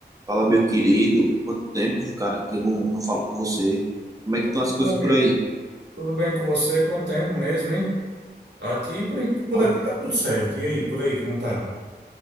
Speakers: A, on the right; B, on the right.
A: Fala, meu querido, quanto tempo, cara, que eu não, não falo com você. Como é que estão as
B: Ô,
A: coisas
B: Meu amigo,
A: por aí?
B: tudo bem com você? Quanto tempo mesmo, hein? Aqui, por, por
A: Quanto
B: aqui tá tudo
A: tempo?
B: certo. E aí, por aí, como tá?